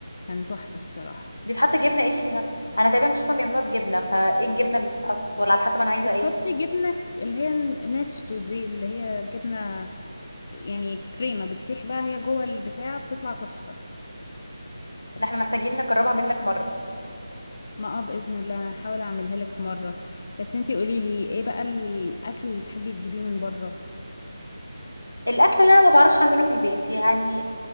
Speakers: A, on the left (about 45°); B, on the left (about 80°).
A: كان تحفة الصراحة
B: بيتحط جبنه ايه فيها انا تقريبا بشوفهم بيعملوها بجبنه فايه الجبنه اللي بتتحط ولا على حسب انا عايزه
A: بتحطي
B: ايه
A: جبنة اللي هي نستو دي اللي هي جبنة يعني كريمة بتسيح بقى هي جوه البتاع بتطلع تحفة
B: إن احنا محتاجين نجربها منك مره
A: ما اه بإذن الله انا هحاول اعملها لك مرة بس انتي قولي لي ايه بقى الاكل اللي تحبي تجيبيه من بره
B: الاكل اللي انا ما بعرفش اعمله في البيت يعني